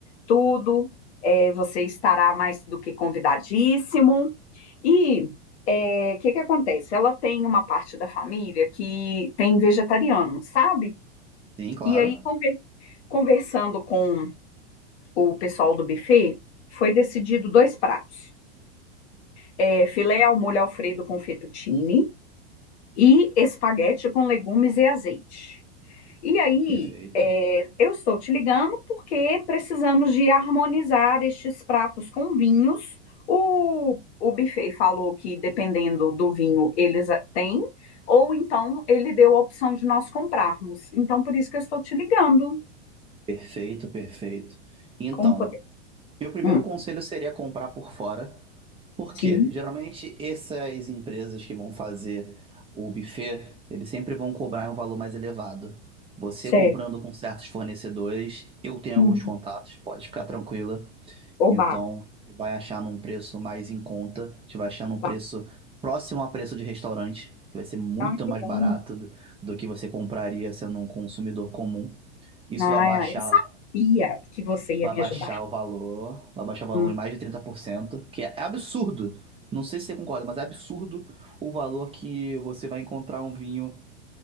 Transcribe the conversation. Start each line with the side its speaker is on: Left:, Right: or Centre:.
Left: tudo. É, você estará mais do que convidadíssimo. E o que que acontece? Ela tem uma parte da família que tem vegetariano, sabe?
Right: Sim, claro.
Left: E aí, conver- conversando com o pessoal do buffet, foi decidido dois pratos: É, filé ao molho Alfredo com fettuccine e espaguete com legumes e azeite. E aí,
Right: Perfeito.
Left: é, eu estou te ligando porque precisamos de harmonizar estes pratos com vinhos. O, o buffet falou que, dependendo do vinho, eles a- têm, ou então ele deu a opção de nós comprarmos. Então, por isso que eu estou te ligando.
Right: Perfeito, perfeito. Então,
Left: Como poder?
Right: meu primeiro
Left: Hum,
Right: conselho seria comprar por fora. Por
Left: sim.
Right: quê? Geralmente essas empresas que vão fazer o buffet, eles sempre vão cobrar um valor mais elevado. Você
Left: Certo.
Right: comprando com certos fornecedores, eu tenho
Left: Uhum.
Right: alguns contatos, pode ficar tranquila
Left: Oba,
Right: Então, a gente vai achar num preço mais em conta, a gente vai achar num preço
Left: oba.
Right: próximo a preço de restaurante, que vai ser muito
Left: Ai,
Right: mais
Left: que bom.
Right: barato do, do que você compraria sendo um consumidor comum. Isso
Left: Ai,
Right: vai baixar,
Left: ai, eu sabia que você ia
Right: vai
Left: me
Right: baixar
Left: ajudar.
Right: o valor, vai baixar o valor
Left: Hum,
Right: em mais de 30%, que é, é absurdo. Não sei se você concorda, mas é absurdo o valor que você vai encontrar um vinho